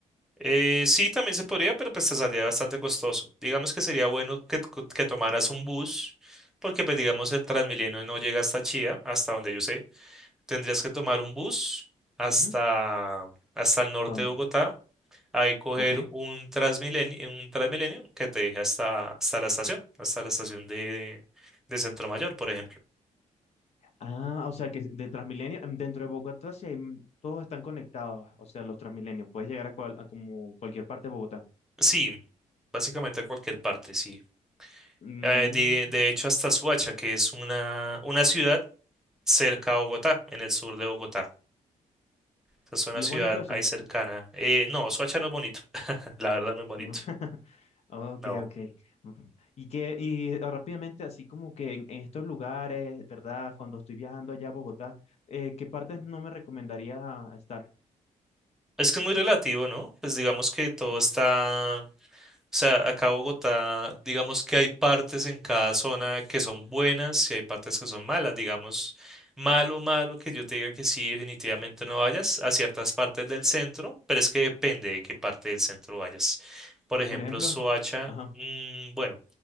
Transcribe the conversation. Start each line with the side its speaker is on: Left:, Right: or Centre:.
Centre: Eh, sí, también se podría, pero pues te saldría bastante costoso. Digamos que sería bueno que, t- que tomaras un bus, porque pues digamos el Transmilenio no llega hasta Chía, hasta donde yo sé. Tendrías que tomar un bus hasta,
Left: Ujú.
Centre: hasta el norte
Left: ¿Hasta dónde?
Centre: de Bogotá ahí coger
Left: Ok.
Centre: un Transmilenio, un Transmilenio que te deje hasta, hasta la estación, hasta la estación de, de Centro Mayor, por ejemplo.
Left: Ah, o sea que de Transmilenio, em, dentro de Bogotá, sí hay, m- todos están conectados, o sea, los Transmilenios, puedes llegar a, cual- a como cualquier parte de Bogotá.
Centre: Sí, básicamente a cualquier parte, sí.
Left: Mm,
Centre: Eh, de, de hecho, hasta Suacha, que es una, una ciudad cerca a Bogotá, en el sur de Bogotá. Esa Es una
Left: y
Centre: ciudad
Left: es bonito eso.
Centre: ahí cercana. Eh, no, Suacha no es bonito. <laughs> La verdad no es bonito.
Left: <laughs> Ah, Ok,
Centre: No.
Left: ok. Ujú. Y que, y ah, rápidamente, así como que en, en estos lugares, ¿verdad? Cuando estoy viajando allá a Bogotá, eh, ¿qué partes no me recomendaría estar?
Centre: Es que es muy relativo, ¿no? Pues digamos que todo
Left: Mm,
Centre: está O sea, acá Bogotá, digamos que hay partes en cada zona que son buenas y hay partes que son malas. Digamos, malo, malo que yo te diga que sí, definitivamente no vayas a ciertas partes del centro, pero es que depende de qué parte del centro vayas. Por ejemplo,
Left: Por ejemplo,
Centre: Soacha,
Left: ajá.
Centre: mm, bueno,